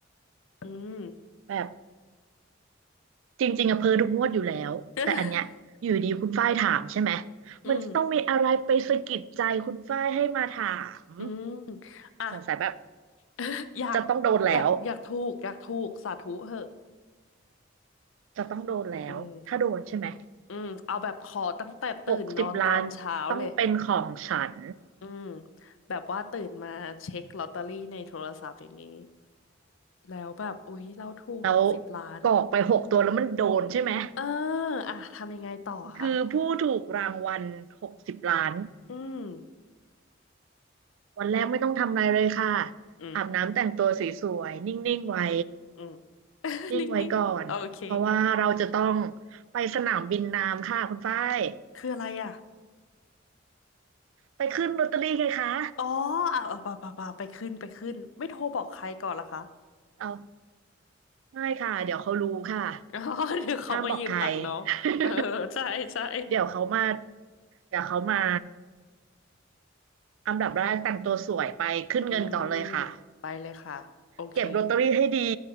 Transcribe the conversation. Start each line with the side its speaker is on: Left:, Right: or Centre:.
Left: อืม
Right: แบบจริงๆอะเพอทุกงวดอยู่แล้วแต่อันเนี้ยอยู่ดีคุณฝ้ายถามใช่ไหม
Left: <laughs> อืม
Right: มันจะต้องมีอะไรไปสะกิดใจคุณฝ้ายให้มาถาม
Left: อืมอ่ะ
Right: สงสัยแบบ
Left: <laughs> อยาก
Right: จะต้องโดนแล้ว
Left: อยากอยากถูกอยากถูกสาธุเหอะ
Right: จะต้องโดนแล้วถ้าโดนใช่ไหม
Left: อืม อืมเอาแบบขอตั้งแต่ตื่นนอนตอนเช้าเลย
Right: หกสิบล้านต้องเป็นของฉัน
Left: อืมแบบว่าตื่นมาเช็คลอตเตอรี่ในโทรศัพท์อย่างนี้แล้วแบบอุ๊ยเราถูกหกสิบล้าน
Right: แล้วกรอกไปหกตัวแล้วมันโดนใช่ไหม
Left: เอออ่ะทำยังไงต่อคะ
Right: คือผู้ถูกรางวัลหกสิบล้าน
Left: อืม
Right: วันแรกไม่ต้องทำอะไรเลยค่ะ
Left: อืม
Right: อาบน้ำแต่งตัวสวยๆนิ่งๆไว้
Left: อืม <laughs>
Right: นิ่งไว้ก่อน
Left: นิ่งๆโอเค
Right: เพราะว่าเราจะต้องไปสนามบินน้ำค่ะคุณฝ้าย
Left: คืออะไรอ่ะ
Right: ไปขึ้นลอตเตอรี่ไงคะ
Left: อ๋ออ่ะอ่ะป่ะป่ะป่ะไปขึ้นไปขึ้นไม่โทรบอกใครก่อนละคะ
Right: เอาไม่ค่ะ เดี๋ยวเขารู้ค่ะ
Left: <laughs> อ๋อเดี๋ยวเขามายืมตังค์น้องเออใช่ใช่
Right: ห้ามบอกใคร <laughs> เดี๋ยวเขามาเดี๋ยวเขามาอันดับแรกแต่งตัวสวยไปขึ้นเงินก่อนเลยค่ะ
Left: <laughs> อืมไปเลยค่ะโอเค
Right: เก็บลอตเตอรี่ให้ดี